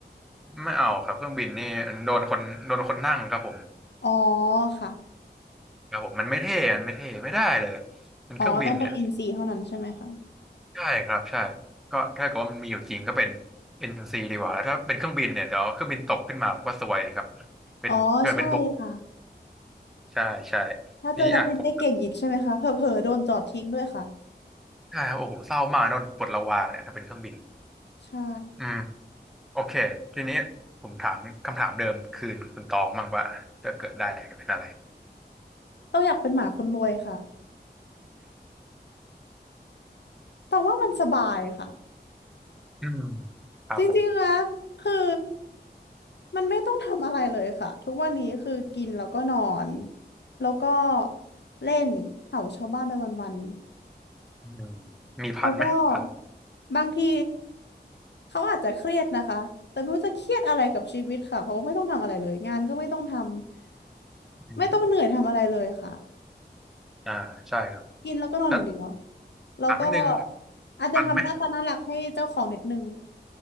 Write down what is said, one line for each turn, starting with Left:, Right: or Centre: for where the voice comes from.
Centre: ไม่เอาครับเครื่องบินนี่มันโดนคนโดนคนนั่งครับผม
Left: อ๋อค่ะ
Centre: ครับผมมันไม่เท่มันไม่เท่ไม่ได้เลยเป็นเครื่องบินเนี่ย
Left: อ๋อต้องเป็นอินซีเท่านั้นใช่ไหมคะ
Centre: ใช่ครับใช่ก็ถ้าเกิดว่ามันมีอยู่จริงก็เป็น NC ดีกว่าแล้วถ้าเป็นเครื่องบินเนี่ยเดี๋ยวเครื่องบินตกขึ้นมาผมก็ซวยครับเป็นเกิดเป็นบก
Left: อ๋อใช่ค่ะ
Centre: ใช่ใช่
Left: ถ้าเจอนักบินได้เก่งอีกใช่ไหมคะเผลอๆโดนจอดทิ้งด้วยค่ะ
Centre: ทีนี้อ่ะผมใช่โอ้โหเศร้ามากโดนปลดระวางเนี่ยถ้าเป็นเครื่องบิน
Left: ใช่
Centre: อืมโอเคทีนี้ผมถามคำถามเดิมคืนคุณตองบ้างว่าจะเกิดได้เป็นอะไร
Left: ต้องอยากเป็นหมาคนรวยค่ะ แต่ว่ามันสบายค่ะ
Centre: อืมครับผม
Left: จริงๆนะคือมันไม่ต้องทำอะไรเลยค่ะ ทุกวันนี้คือกินแล้วก็นอน แล้วก็เล่นเห่าชาวบ้านไปวัน
Centre: อืมมีพันไหมพัน
Left: ๆแล้วก็บางทีเขาอาจจะเครียดนะคะ แต่ไม่รู้จะเครียดอะไรกับชีวิตค่ะเพราะว่าไม่ต้องทำอะไรเลยงานก็ไม่ต้องทำ
Centre: อืม
Left: ไม่ต้องเหนื่อยทำอะไรเลยค่ะ
Centre: อ่าใช่ครับ
Left: กินแล้วก็นอนอย่างเดียว
Centre: แล้ว
Left: แล้วก็
Centre: ถามนิดนึง
Left: อาจจะทำหน้าตาน่ารักให้เจ้าของนิดนึง
Centre: ทันไหม